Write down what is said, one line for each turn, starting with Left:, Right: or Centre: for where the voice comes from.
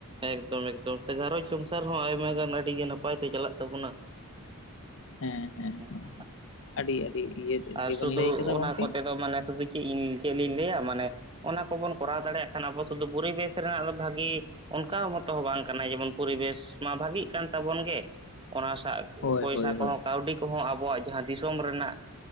Right: ᱮᱠᱫᱚᱢ ᱮᱠᱫᱚᱢ, ᱥᱮ ᱜᱷᱟᱨᱚᱸᱡᱽ ᱥᱚᱝᱥᱟᱨ ᱦᱚᱸ ᱟᱭᱢᱟ ᱜᱟᱱ ᱟᱹᱰᱤ ᱜᱮ, ᱱᱟᱯᱟᱭ ᱛᱮ ᱪᱟᱞᱟᱜ ᱛᱟᱵᱚᱱᱟ᱾
Left: ᱦᱮᱸ, ᱦᱮᱸ
Right: ᱦᱩᱸ,
Left: ᱦᱮᱸ ᱟᱹᱰᱤ, ᱟᱹᱰᱤ, ᱤᱭᱟᱹ
Right: ᱟᱨ
Left: ᱜᱮᱵᱮᱱ
Right: ᱥᱩᱫᱩ
Left: ᱞᱟᱹᱭ ᱠᱟᱫᱟ
Right: ᱚᱱᱟ
Left: ᱜᱚᱝᱠᱮ
Right: ᱠᱚᱛᱮ ᱫᱚ, ᱢᱟᱱᱮ ᱥᱩᱫᱩ ᱪᱮᱜ ᱤᱧ ᱪᱮᱫᱞᱤᱧ ᱞᱟᱹᱭᱟ ᱢᱟᱱᱮ ᱚᱱᱟ ᱠᱚᱵᱚᱱ ᱠᱚᱨᱟᱣ ᱫᱟᱲᱮᱭᱟᱜ ᱠᱷᱟᱱ, ᱟᱵᱚ ᱥᱩᱫᱷᱩ ᱯᱚᱨᱤᱵᱮᱥ ᱨᱮᱱᱟᱜ ᱫᱚ ᱵᱷᱟᱹᱜᱮ᱾ ᱚᱱᱠᱟ ᱦᱚᱸᱛᱚ ᱦᱚᱸ ᱵᱟᱝ ᱠᱟᱱᱟ, ᱡᱮᱢᱚᱱ ᱯᱚᱨᱤᱵᱮᱥ ᱢᱟ ᱵᱷᱟᱜᱤᱜ ᱠᱟᱱ ᱛᱟᱵᱚᱱ ᱜᱮ, ᱚᱱᱟ ᱥᱟᱜ
Left: ᱦᱳᱭ
Right: ᱯᱚᱭᱥᱟ
Left: ᱦᱳᱭ
Right: ᱠᱚᱦᱚᱸ
Left: ᱦᱳᱭ
Right: ᱠᱟᱹᱣᱰᱤ ᱠᱚᱦᱚᱸ, ᱟᱵᱚᱣᱟᱜ ᱡᱟᱦᱟᱸ ᱫᱤᱥᱚᱢ ᱨᱮᱱᱟᱜ